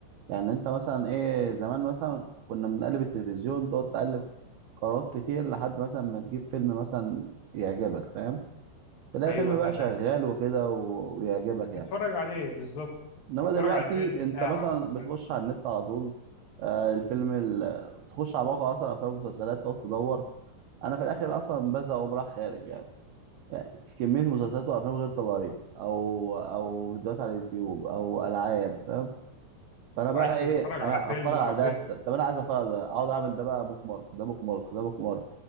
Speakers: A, on the right (about 75°); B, on the left (about 55°).
A: يعني انت مثلا ايه زمان مثلا كنا بنقلب التلفزيون تقعد تقلب قنوات كتير لحد مثلا ما تجيب فيلم مثلا يعجبك فاهم تلاقي
B: ايوه
A: فيلم
B: تمام
A: بقى شغال وكده و... ويعجبك يعني
B: تتفرج عليه بالظبط
A: انما
B: تتفرج
A: دلوقتي
B: على فيلم
A: انت
B: ساعة
A: مثلا
B: ولا
A: بتخش
B: حاجة
A: على النت على طول آه الفيلم ال... تخش على موقع اصلا افلام ومسلسلات تقعد تدور انا في الاخر اصلا بزهق واقوم رايح خارج يعني. يعني كمية مسلسلات وافلام غير طبيعية او او فيديوهات على اليوتيوب او العاب فاهم فانا
B: وعايز
A: بقى ايه
B: تتفرج على
A: انا
B: فيلم
A: اتفرج
B: ورا
A: على
B: فيلم
A: ده ط- طب انا عايز اتفرج على ده اقعد اعمل ده بقى بوك مارك ده بوك مارك ده بوك مارك